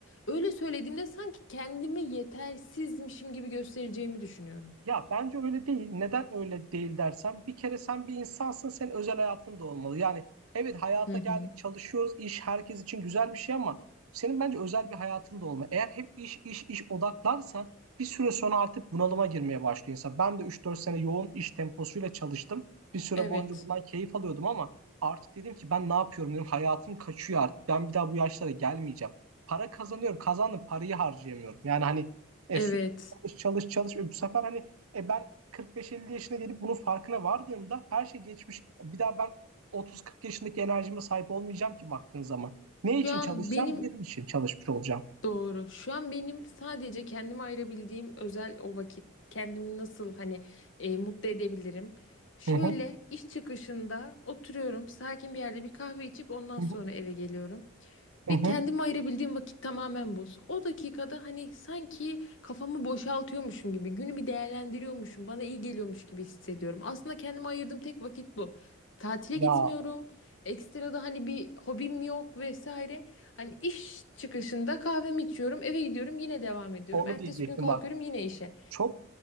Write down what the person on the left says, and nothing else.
Öyle söylediğimde sanki kendimi yetersizmişim gibi göstereceğimi düşünüyorum.
Hı hı.
Evet.
Evet.
Şu an
benim
Doğru. Şu an benim sadece kendime ayırabildiğim özel o vakit. Kendimi nasıl hani e, mutlu edebilirim? Şöyle
iş çıkışında oturuyorum, sakin bir yerde bir kahve içip ondan
sonra
eve geliyorum.
Ve
kendime ayırabildiğim vakit tamamen bu. O dakikada hani sanki kafamı boşaltıyormuşum gibi, günü bir değerlendiriyormuşum, bana iyi geliyormuş gibi hissediyorum. Aslında kendime ayırdığım tek vakit bu. Tatile
gitmiyorum. Ekstra da hani bir hobim yok vesaire. Hani iş çıkışında kahvemi içiyorum, eve gidiyorum, yine devam ediyorum.
Ertesi
gün kalkıyorum
yine işe.